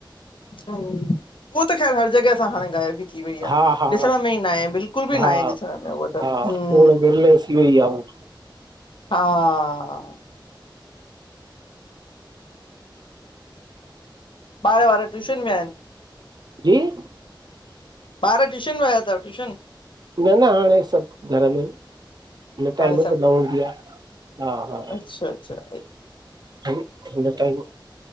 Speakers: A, on the left (about 75°); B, on the right (about 55°).
A: हूम उह त ख़ैर हर जगह सां हाणे गायब ई थी वई
B: हा
A: आह,
B: हा
A: ॾिसण में ई न आहे बिल्कुल बि
B: हा
A: न आहे ॾिसण में उअ त
B: हा
A: हूम्।
B: थोरो विरले थी वई आहे उहा
A: हाआ! बार-वार ट्यूशन वया आयेन।
B: जीइ!
A: बार ट्यूशन वया तव ट्यूशन।
B: न-न हाणे सब घर में आऐ न। हिन टाइम
A: हाणे
B: त न हूंदी आ, हा!
A: छ- छा आहे।
B: अई हिंन टाईम